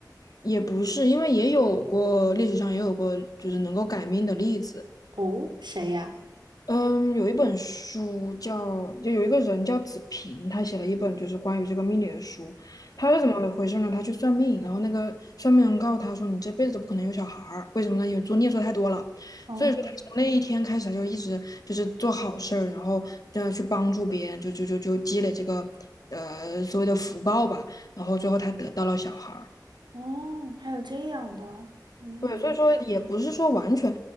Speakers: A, on the left; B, on the right.
A: 也不是，因为也有过历史上也有过就是能够改命的例子。
B: 哦，谁呀？
A: 嗯，有一本书叫，就有一个人叫子平，他写了一本就是关于这个命理的书。他是怎么回事呢？他去算命，然后那个算命人告诉他说：“你这辈子都不可能有小孩儿，为什么呢？因为做孽做太多了。”所以说，
B: 哦
A: 他从那一天开始，他就一直就是做好事儿，然后这样去帮助别人，就就就就积累这个呃所谓的福报吧。然后最后他得到了小孩儿。
B: 哦，还有这样的，嗯
A: 对，所以说也不是说完全